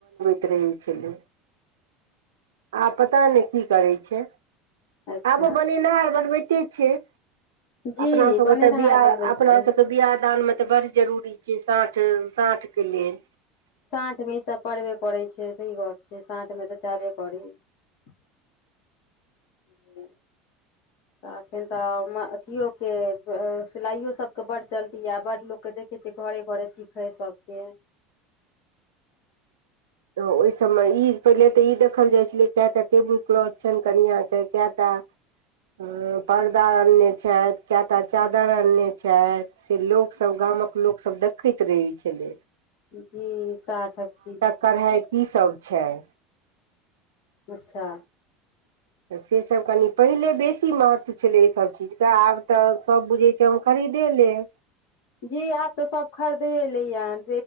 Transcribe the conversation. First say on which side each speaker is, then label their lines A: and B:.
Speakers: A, on the right (about 80°); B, on the left (about 60°).
A: रहय छलै आ पता नहि की करैत छै
B: अच्छा
A: आबो बनेनहार बनबैत के छैय
B: जी
A: अपना सबके
B: बनेनिहार
A: तऽ बियाह
B: बनबैत
A: अपना
B: अछि
A: सबके बियाह दान मे तऽ बड़ जरूरी छैय साँठ साँठ के लेल।
B: साँठिमे ईसभ पड़बे करै छैय सही गप छैय साँठमे तऽ चाहबे करी। <inaudible> <unintelligible> तऽ एखन तऽ अथियोके सिलाइयो सभके बड़ चलती य बड़ लोककेँ देखै छियै घरे घरे सिखै सबके।
A: तऽ ओहि सभमे ई पहिले तऽ ई देखल जाइत छलै कएटा टेबुल क्लॉथ छनि कनिया कयटा हं पर्दा आनने छथि कएटा चादरि आनने छथि से लोकसभ गा गामक लोक सब देखैत रहै छलै
B: जी साठ अ ची
A: कढ़ाई की सब छैय?
B: अच्छा
A: तऽ सेसभ कनि पहिले बेसी महत्व छलै एहिसभ चीजके आब तऽ सभ बुझैत छै हम खरी खरीदे लेब
B: जी आब तो सब खरीदए लैयान।